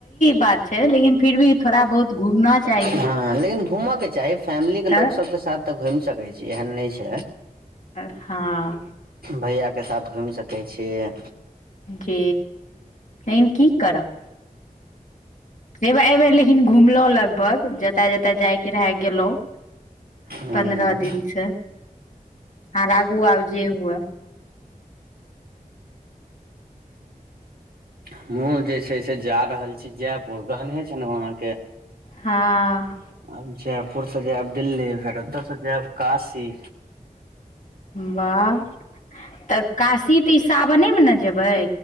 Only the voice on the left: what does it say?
बात छै लेकिन फिर भी थोड़ा बहुत घूमना चाही
तऽ
हँ।
जी एहिन की करब। हैबा एहिबेर लेकिन घुमलहुँ लगभग जतय-जतय जायके रहय गेलहुँ
पन्द्रह दिन छै आर आगू आब जे हुए।
हँ।
वाह तऽ काशी तऽ ई सावनेमे ने जेबै?